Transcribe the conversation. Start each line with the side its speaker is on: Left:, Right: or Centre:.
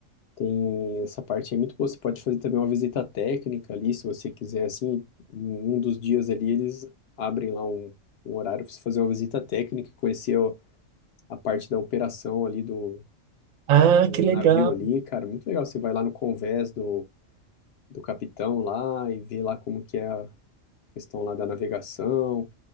Left: Tem essa parte aí é muito boa. Você pode fazer também uma visita técnica ali, se você quiser, assim, em um dos dias ali, eles abrem lá um, um horário para você fazer uma visita técnica, conhecer ó, a parte da operação ali do,
Right: Ah,
Left: do, do
Right: que legal.
Left: navio ali, cara, muito legal. Você vai lá no convés do, do capitão lá e vê lá como que é a questão lá da navegação.